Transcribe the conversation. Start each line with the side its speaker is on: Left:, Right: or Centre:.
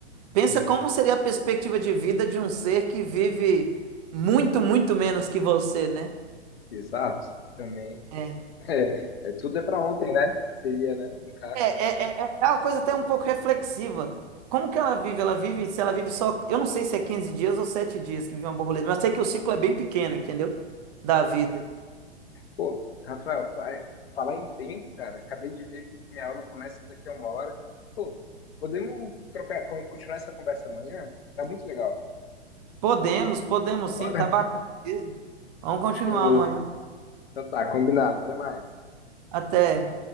Right: Pensa
Left: Uhum.
Right: como seria a perspectiva de vida de um ser que vive muito, muito menos que você, né?
Left: Exato, também. <laughs>
Right: É,
Left: É, é, tudo é para ontem, né? Seria, né? No caso.
Right: é, é, é é é uma coisa até um pouco reflexiva. Como que ela vive? Ela vive, se ela vive só, eu não sei se é 15 dias ou 7 dias que vive uma borboleta, mas sei que o ciclo é bem pequeno, entendeu? Da vida.
Left: Pô, Rafael, pa- eh, falar em tempo, cara, acabei de ver aqui que minha aula começa daqui a uma hora. Pô, podemos trocar, con- continuar essa conversa amanhã? Tá muito legal.
Right: Podemos, podemos sim,
Left: Bora?
Right: tá bacana mesmo. Vamos continuar
Left: Show.
Right: amanhã.
Left: Então tá, combinado. Até mais.
Right: Até.